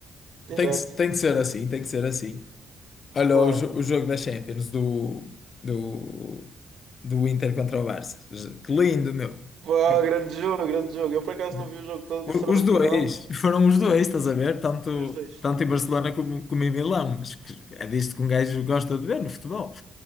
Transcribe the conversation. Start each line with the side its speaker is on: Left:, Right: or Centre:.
Right: Exato,
Left: Tem que, tem que ser assim, tem que ser assim. Olha
Right: claro.
Left: o, jo- o jogo da Champions do, do, do Inter contra o Barça. Que lindo, meu.
Right: Pá,
Left: É
Right: grande jogo, grande jogo. Eu por acaso
Left: da-
Right: não vi o jogo todo,
Left: o-
Right: vi só
Left: Os
Right: no
Left: dois,
Right: final.
Left: foram os dois, estás a ver? Tanto,
Right: Sim, os dois,
Left: tanto
Right: os
Left: em
Right: dois.
Left: Barcelona como, como em Milão. Mas que é disto que um gajo gosta de ver no futebol.